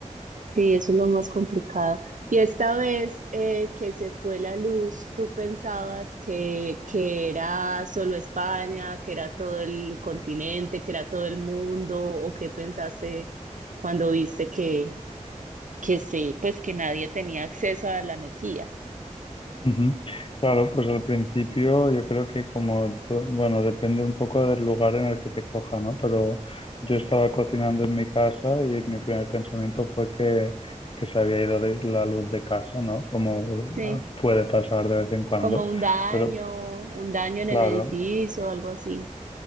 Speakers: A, on the right; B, on the left.
A: Sí, eso es lo más complicado. Y esta vez eh, que se fue la luz, ¿tú pensabas que, que era solo España, que era todo el continente, que era todo el mundo, o qué pensaste cuando viste que, que sí, pues que nadie tenía acceso a la energía?
B: Ujú. Claro, pues al principio yo creo que como, to- bueno, depende un poco del lugar en el que te coja, ¿no? Pero yo estaba cocinando en mi casa y mi primer pensamiento fue que, que se había ido la la luz de casa, ¿no? Como
A: Sí,
B: ah, puede pasar de vez en cuando.
A: como un daño,
B: Pero
A: un daño en
B: claro,
A: el edificio o algo así.